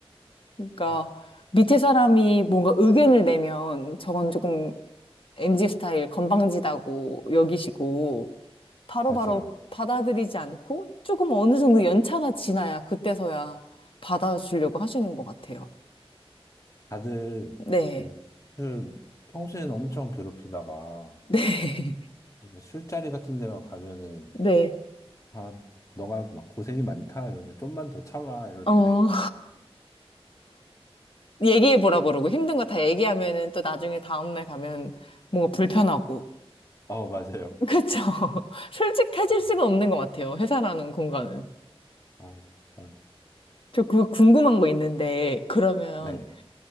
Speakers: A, on the left; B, on the left.
A: 그러니까
B: 어,
A: 밑에 사람이 뭔가 의견을 내면 저건 조금 m g 스타일 건방지다고 여기시고 바로바로
B: 맞아요.
A: 받아들이지 않고 조금 어느 정도 연차가 지나야 그때서야 받아주려고 하시는 것 같아요.
B: 다들
A: 네.
B: 이 술, 평소에는 엄청 괴롭히다가
A: 네.
B: 술자리 같은 데만 가면은
A: 네.
B: 아, 너가 막 고생이 많다 이러면서 좀만 더 참아 이러는데
A: 어, <laughs> 얘기해보라고 그러고 힘든 거 다 얘기하면은 또 나중에 다음날 가면 뭔가 불편하고.
B: 어, 맞아요.
A: 그쵸? <laughs> 솔직해질 수가
B: 아,
A: 없는 것 같아요. 회사라는 공간은.
B: 아, 아.
A: 저 그 궁금한 거 있는데, 그러면
B: 네,